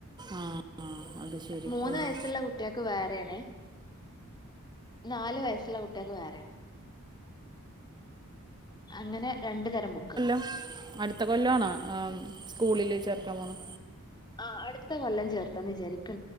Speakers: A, on the right; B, on the left.
A: ആ ആ അത് ശരി
B: മൂന്ന്
A: ഓഹോ
B: വയസ്സ്ള്ള കു കുട്ടിയക്ക് വേറെ ആണ് നാല് വയസ്സുള്ള കുട്ടിയക്ക് വേറേണ്. അങ്ങനെ രണ്ടു തരം ബുക്കും.
A: കൊല്ലം അടുത്ത കൊല്ലം ആണാ സ്കൂളില് ചേർക്കാൻ പോണെ?
B: ആ അടുത്ത കൊല്ലം ചേർത്താന്ന് വിചാരി